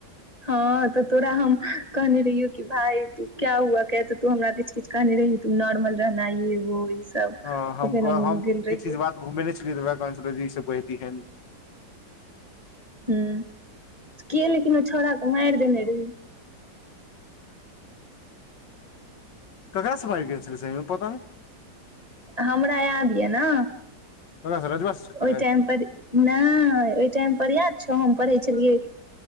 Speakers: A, on the right; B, on the left.
A: हँ तऽ तोरा हम कहने रहियौ कि भाय तू क्य हुआ क त तू हमरा किछ किछ कहने रही तू नॉर्मल रहना ये वो सब
B: हँ हम
A: तऽ फेर
B: त हम
A: गेल रहियै
B: किछु चीज बात घुमेने छलियै इ सँब कहहि दिहीन
A: हँ कि लेकिन ओ छोड़ा तऽ मारि देने रही
B: ककरा सँ मारि भेल छलमे पता नहि
A: हमरा याद यऽ ने
B: ककरा सँ रजवा सँ छलै
A: ओहि टाइम पर नहि ओहि टाइम पर याद हम पढ़ै छलियै